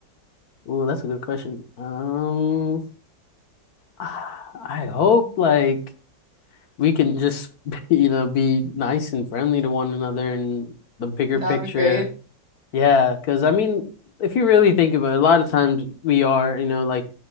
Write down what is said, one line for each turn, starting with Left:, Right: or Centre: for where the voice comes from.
Left: Ooh, that's a good question. Um I hope like we can just <laughs> you know be nice and friendly to one another in the bigger
Right: That
Left: picture.
Right: would be great.
Left: Yeah, because I mean, if you really think about it, a lot of times we are, you know, like